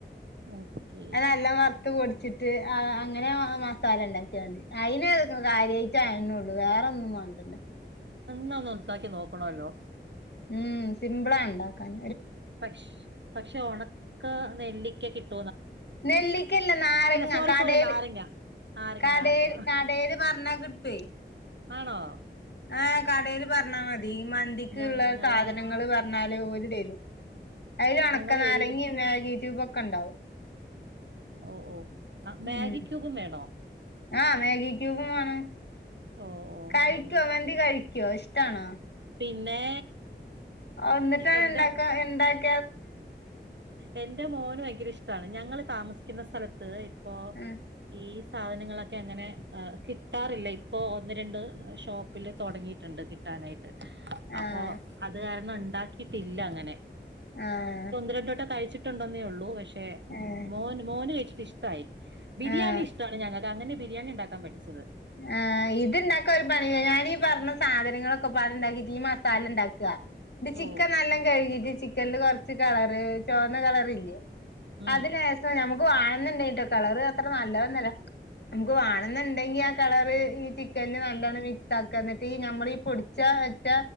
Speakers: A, on the right (about 70°); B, on the left (about 65°).
A: ഓക്കെ
B: നല്ല വറ ് പൊടിട്ട് അങ്ങനെ മസാല ഉണ്ടാക്കിയണ്ട് അയിൻ കാര്യമായിട്ട് അയനേള്ളൂ വേറെ ന്ന വണ്ടല്ലേ
A: എന്നാ ഒന്ന് ഉണ്ടാക്കി നോക്കണല്ലോ
B: ഉം സിംപിളാ ഉണ്ടാക്കൻ
A: പക്ഷ പക്ഷെ ഉണക്ക നെല്ലിക്ക കിട്ട
B: നെല്ലിക്കല്ല നാരങ്ങ
A: സോറി
B: കടയിൽ
A: സോറി നാരങ്ങ നാരങ്ങ
B: കടയില്
A: നാരങ്ങ
B: കടയില് പറഞ്ഞ കിട്ടേ
A: ആണോ
B: ആഏഹ് കടയിൽ പറഞ്ഞാൽ മതി മന്തിക്ക്
A: ഞങ്ങളെ
B: ഉള്ള സാധനങ്ങൾ പറഞ്ഞാല് തെറും അതിൽ ഉണക്ക
A: ഞങ്ങളെ
B: നാരങ്ങി
A: ഏരിയയില്
B: മേഗി ട്യൂബ ഒക്കെ ഉണ്ടാവും
A: ഓ ഓ ആ മാഗി
B: ഉം
A: ക്യൂബും വേണോ
B: ആഹ് മാഗി ക്യൂബും വേണം
A: ഓ ഓ
B: കഴിക്കോ
A: ഓ
B: മന്തി കഴിക്കുവോ ഇഷ്ടണോ
A: പിന്നെ
B: ഒന്ന്ട്ടാണ്
A: എന്റെ
B: ഇണ്ടാക്ക എന്താണ്
A: എന്റെ മോന് ഭയങ്കര ഇഷ്ടാണ് ഞങ്ങള് താമസിക്ന്ന സ്ഥലത്ത് പ്പോ
B: ആഹ്
A: ഈ സാധനങ്ങളൊക്കെ അങ്ങനെ സാധങ്ങളൊക്കെ അങ്ങനെ കിട്ടാറില്ല. ഇപ്പോ ഒന്ന് രണ്ട് ഷോപ്പില് തൊടങ്ങിയിട്ട്ണ്ട് കിട്ടാനായിട്ട്.
B: ആഹ്
A: അപ്പൊ അത് കാരണം ഉണ്ടാക്കിട്ടില്ല അങ്ങനെ.
B: ആഹ്
A: ബ്രെണ്ടോട്ട കഴിച്ചിട്ടുണ്ടെന്നേ ഉള്ളൂ പക്ഷേ
B: ഏഹ്
A: മോൻ മോന് കഴിച്ചിട്ട് ഇഷ്ടായി. ബിരിയാണി
B: ആഹ്
A: ഇഷ്ടാണ് ഞങ്ങക. അങ്ങനെ ബിരിയാണി ഉണ്ടാക്കാൻ പഠിച്ചത്.
B: ആഹ് ഇത്ണ്ടാക്ക ഒരു പണി ഇല്ല. ഞാനീ പർഞ്ഞ സാധനങ്ങളൊക്ക പാട്ണ്ടാക്കിട്ട് ഈ മസാല ഇണ്ടാക്ക. ടി ചിക്കൻ
A: ഓ
B: നല്ല കഴുകിട്ട് ചിക്കൻല് കൊർച്ച് കളറ് ചോന്ന കളറില്ലെ.
A: ഉം
B: അത് ലേശം നമു ക്ക് വാണന്ന്ണ്ടെങ്കിട്ടോ കളറ് അത്ര നല്ലതൊന്നല്ല. നമുക്ക് വാണന്ന്ണ്ടെങ്കി കളറ് ഈ ചിക്കൻല് നല്ലാണം മിക്സാക്ക. എന്നിട്ട് ഈ ഞമ്മൾ ഈ പൊടിച്ചാ വെച്ച